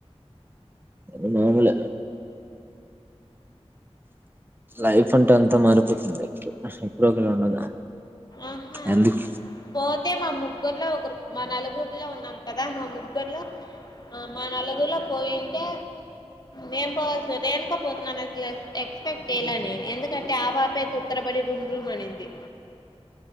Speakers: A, on the right; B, on the left.
A: అది మాములేగా లైఫ్ అంటే అంతా మారిపోతుంది ఎప్పుడు ఒకలా ఉండదు
B: అహా
A: ఎందుకు
B: పోతే మా ముగ్గుర్లో ఒకరు మా నలుగురిలో ఉన్నాం కదా మా ముగ్గురులో ఆ మా నలుగురిలో పోయింటే నేను పోవాల్సి రేణుక పోతుందని అసలు ఎక్స్పెక్ట్ చేయలే నేను ఎందుకంటే ఆ బాపే తుత్తరబడి రూమ్ రూమ్ అనింది